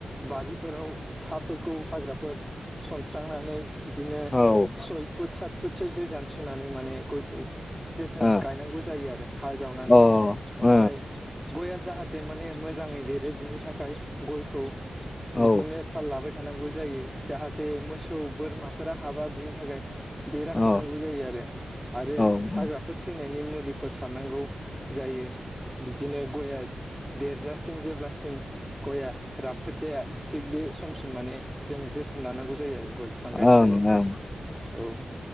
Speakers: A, in the centre; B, on the left.
A: बारिफोराव हाफोरखौ हाग्राफोर सनस्रांनानै बिदिनो
B: ओ
A: सय फुट सात फुटसो गोजान सुनानै माने गयखौ जोथो
B: अ
A: गायनांगौ जायो आरो हा जावनानै
B: ओ
A: ओमफ्राय
B: ओ औ
A: गया जाहाथे माने मोजाङै देरो बिनि थाखाय गयखौ बिदिनो
B: औ
A: थाल लाबाय थानांगौ जायो जाहाथे मोसौ बोरमाफोरा हाबा बिनि थाखाय बेराखोनांगौ
B: औ
A: जायो आरो आरो
B: अ ओं
A: हाग्राफोर थैनायनि मुलिफोर सारनांगौ। जायो बिदिनो गया देरजासिम जेब्लासिम गया राफोद जाया थिग बे समसिम माने जों जोथोन लानांगौ जायो आरो। गय बिफां गायनो
B: ओं
A: थाबा औ